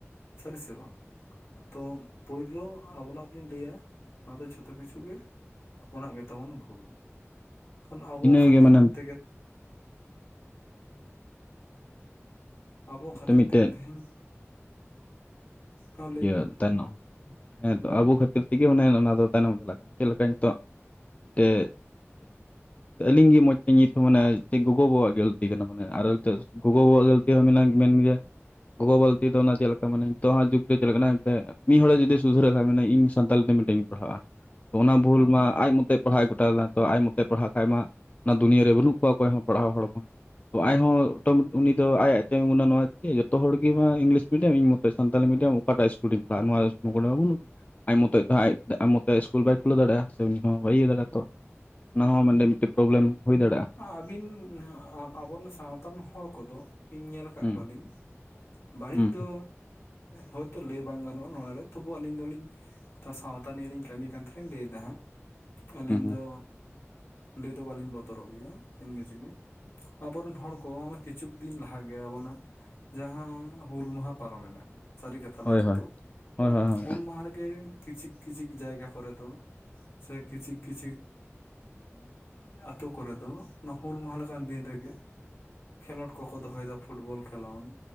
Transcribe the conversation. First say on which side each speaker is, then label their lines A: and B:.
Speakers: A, on the left; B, on the left.
A: ᱥᱟᱹᱨᱤ ᱥᱮ ᱵᱟᱝ ᱛᱳ ᱯᱳᱭᱞᱳ ᱟᱵᱚᱱᱟᱜ ᱛᱤᱧ ᱞᱟᱹᱭᱟ, ᱱᱚᱣᱟ ᱫᱚ ᱡᱷᱚᱛᱚ ᱠᱤᱪᱷᱩ ᱜᱮ ᱟᱵᱚᱱᱟᱜ ᱜᱮᱛᱟᱵᱚᱱ ᱵᱷᱩᱞ ᱠᱚ ᱟᱵᱳ
B: ᱤᱱᱟᱹᱜᱮ
A: ᱠᱷᱟ ᱛᱤᱨ
B: ᱢᱟᱱᱮ
A: ᱛᱮᱜᱮ ᱟᱵᱚ ᱠᱷᱟᱹᱛᱤᱨ
B: ᱢᱤᱫᱴᱮᱡ
A: ᱛᱮᱜᱮ ᱛᱮᱦᱮᱧ ᱦᱚᱸ ᱞᱟᱹᱭ
B: ᱤᱭᱟᱹ
A: ᱵᱤᱱ
B: ᱛᱟᱭᱱᱚᱢ ᱦᱮᱸᱛᱚ ᱟᱵᱳ ᱠᱷᱟᱹᱛᱤᱨ ᱛᱤᱜᱤ ᱢᱟᱱᱮ ᱚᱱᱟ ᱫᱚ ᱛᱟᱭᱱᱚᱢ ᱪᱟᱞᱟᱜ ᱠᱟᱱᱟ ᱪᱮᱫ ᱞᱮᱠᱟ ᱱᱤᱛᱚᱜ ᱛᱮ ᱟᱹᱞᱤᱧ ᱜᱤ ᱢᱚᱡᱽ ᱛᱤ ᱧᱤᱛᱩᱢ ᱢᱟᱱᱮ ᱜᱚᱜᱚ ᱵᱟᱵᱟᱣᱟᱜ ᱜᱮ ᱛᱤ ᱠᱟᱱᱟ ᱢᱟᱱᱮ ᱟᱨ ᱱᱤᱛᱳᱜ ᱜᱚᱜᱚ ᱵᱟᱵᱟᱣᱟᱜ ᱜᱟᱹᱞᱛᱤ ᱦᱚᱸ ᱢᱮᱱᱟᱜ ᱢᱮᱱ ᱜᱮᱭᱟ ᱜᱚᱜᱚ ᱵᱟᱵᱟᱣᱟᱜ ᱜᱟᱹᱞᱛᱤ ᱫᱚ ᱚᱱᱟ ᱪᱮᱫ ᱞᱮᱠᱟ ᱢᱟᱱᱮ, ᱛᱚ ᱦᱟᱜ ᱡᱩᱜ ᱛᱮ ᱪᱟᱞᱟᱜ ᱠᱟᱱᱟ ᱮᱱᱛᱮᱫ ᱢᱤᱫ ᱦᱚᱲᱟᱜ ᱡᱩᱫᱤ ᱥᱩᱫᱷᱟᱹᱨᱟᱜ ᱛᱟᱨᱢᱟᱮ ᱤᱧ ᱥᱟᱱᱛᱟᱞ ᱛᱮ ᱢᱤᱴᱟᱹᱧ ᱯᱟᱲᱦᱟᱜᱼᱟ ᱛᱚ ᱚᱱᱟ ᱵᱷᱩᱞ ᱢᱟ ᱟᱡ ᱢᱚᱛᱮ ᱯᱟᱲᱦᱟᱜ ᱮ ᱜᱚᱴᱟ ᱞᱮᱫᱟ ᱛᱚ ᱟᱡ ᱢᱚᱛᱮ ᱯᱟᱲᱦᱟᱜ ᱠᱷᱟᱡ ᱢᱟ ᱚᱱᱟ ᱫᱩᱱᱭᱟᱹ ᱨᱮ ᱵᱟᱹᱱᱩᱜ ᱠᱚᱣᱟ ᱚᱠᱚᱭ ᱦᱚᱸ ᱯᱟᱲᱦᱟᱣ ᱦᱚᱲ ᱦᱚᱸ᱾ ᱛᱚ ᱟᱡᱦᱚᱸ <unintelligible> ᱩᱱᱤ ᱫᱚ ᱟᱭ ᱟᱭ ᱛᱮᱜᱩᱱᱟ ᱱᱚᱣᱟ ᱪᱮᱫ ᱡᱚᱛᱚ ᱦᱚᱲ ᱜᱮ ᱵᱟᱝ ᱤᱝᱞᱤᱥ ᱢᱤᱰᱤᱭᱚᱢ ᱤᱧ ᱢᱚᱛᱚ ᱥᱟᱱᱛᱟᱲᱤ ᱢᱤᱰᱤᱭᱟᱢ, ᱚᱠᱟᱴᱟᱜ ᱤᱥᱠᱩᱞᱤᱧ ᱯᱟᱲᱦᱼᱟ ᱱᱚᱣᱟ <unintelligible> ᱟᱡ ᱢᱚᱛᱚᱡ ᱛᱮᱦ ᱟᱡ ᱟᱢ ᱢᱚᱛᱚᱡ ᱤᱥᱠᱩᱞ ᱵᱟᱭ ᱠᱷᱩᱞᱟᱹᱣ ᱫᱟᱲᱮᱭᱟᱜᱼᱟ ᱥᱮ ᱩᱱᱤ ᱦᱚᱸ ᱵᱟᱭ ᱤᱭᱟᱹ ᱫᱟᱲᱮᱭᱟᱜᱼᱟ ᱛᱚ ᱚᱱᱟ ᱦᱚᱸ ᱢᱟᱱᱮ ᱯᱨᱚᱵᱞᱮᱢ ᱦᱩᱭ ᱦᱩᱭ
A: ᱟᱵᱤᱱ ᱟᱵᱚᱨᱮᱱ ᱥᱟᱶᱛᱟ ᱨᱮᱱ ᱦᱚᱲ ᱠᱚᱫᱚ ᱤᱧ ᱧᱮᱞ ᱠᱟᱜ
B: ᱦᱩᱸ
A: ᱠᱚᱣᱟᱞᱤᱧ, ᱵᱟᱹᱲᱤᱡ
B: ᱦᱩᱸ
A: ᱫᱚ ᱦᱳᱭᱛᱳ ᱞᱟᱹᱭ ᱵᱟᱝ ᱜᱟᱱᱚᱜᱼᱟ ᱱᱚᱣᱟᱨᱮ ᱛᱚᱵᱩ ᱟᱹᱞᱤᱧ ᱫᱚᱞᱤᱧ ᱥᱟᱶᱛᱟ ᱱᱤᱭᱮ ᱞᱤᱧ ᱠᱟᱹᱢᱤ ᱠᱟᱱ ᱛᱮᱞᱤᱧ ᱞᱟᱹᱭᱮᱫᱟ ᱦᱟᱸᱜ ᱟᱹᱞᱤᱧ
B: ᱦᱩᱸ ᱦᱩᱸ
A: ᱫᱚ, ᱟᱺᱰᱤ ᱫᱚ ᱵᱟᱞᱤᱧ ᱵᱚᱛᱚᱨᱚᱜ ᱜᱮᱭᱟ ᱮᱢᱱᱤ ᱛᱮᱜᱮ ᱟᱵᱚᱨᱮᱱ ᱦᱚᱲ ᱠᱚ, ᱠᱤᱪᱷᱩᱠ ᱫᱤᱱ ᱞᱟᱦᱟ ᱜᱮ ᱟᱵᱚᱱᱟᱜ ᱡᱟᱦᱟᱸ ᱦᱩᱞ ᱢᱟᱦᱟ ᱯᱟᱨᱚᱢᱮᱱᱟ, ᱥᱟ. ᱨᱤ ᱠᱟᱛᱷᱟ
B: ᱦᱳᱭ
A: ᱞᱟ. ᱭ ᱛᱮᱫᱚ,
B: ᱦᱳᱭ ᱦᱳᱭ ᱦᱳᱭ ᱦᱳᱭ ᱦᱳᱭ ᱦᱳᱭ
A: ᱦᱩᱞ
B: ᱦᱳᱭ
A: ᱢᱟᱦᱟᱨᱮᱜᱮ ᱠᱤᱪᱷᱤᱠ ᱠᱤᱪᱷᱤᱠ ᱡᱟᱭᱜᱟ ᱠᱚᱨᱮ ᱫᱚ ᱥᱮ ᱠᱤᱪᱷᱤᱠ ᱠᱤᱪᱷᱤᱠ <inaudible> ᱟᱛᱩ ᱠᱚᱨᱮ ᱫᱚ ᱱᱚᱣᱟ ᱦᱩᱞ ᱢᱟᱦᱟᱞ ᱞᱮᱠᱟᱱ ᱫᱤᱱ ᱨᱮᱜᱮ, ᱠᱷᱮᱞᱳᱰ ᱠᱚᱠᱚ ᱫᱚᱦᱚᱭᱫᱟ ᱯᱷᱩᱴᱵᱚᱞ ᱠᱷᱮᱞᱳᱰ